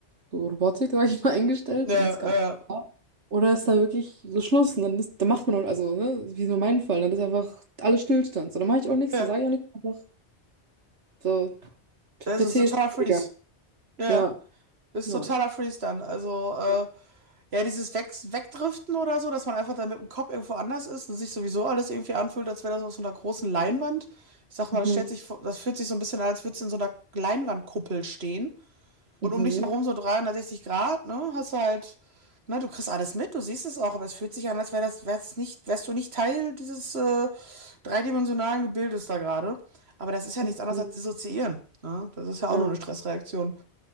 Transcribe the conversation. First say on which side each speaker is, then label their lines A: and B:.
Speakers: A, on the right; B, on the right.
A: so Robotik, <laughs> sag ich mal, <laughs> eingestellt
B: ja,
A: und ist gar nicht
B: äh,
A: da. Oder ist da wirklich so Schluss und dann, ist, dann macht man, auch- also, ne, wie so mein Fall, dann ist einfach alles Stillstand. So, dann mache ich auch nichts,
B: ja,
A: dann sage ich auch nichts, einfach so,
B: das
A: PC
B: ist totaler
A: ist ausgegangen.
B: Freeze. Ja,
A: Ja,
B: das
A: ja.
B: ist totaler Freeze dann. Also, äh,
A: Ja.
B: ja, dieses Weg Wegdriften oder so, dass man einfach dann mit dem Kopf irgendwo anders ist und sich sowieso alles irgendwie anfühlt, als wäre das auf so einer großen Leinwand. Ich sag mal,
A: Mhm.
B: das stellt sich, vor- das fühlt sich so ein bisschen an, als würde es in so einer Leinwandkuppel stehen. Und
A: Mhm.
B: um dich herum so 360 Grad, ne? Hast du halt, ne, du kriegst alles mit, du siehst es auch, aber es fühlt sich an, als wär das, wär's nicht, wärst du nicht Teil dieses äh, dreidimensionalen Gebildes da gerade. Aber das ist ja
A: Mhm.
B: nichts anderes
A: Mhm.
B: als dissoziieren. Ne? Das ist ja
A: Ja.
B: auch nur eine Stressreaktion.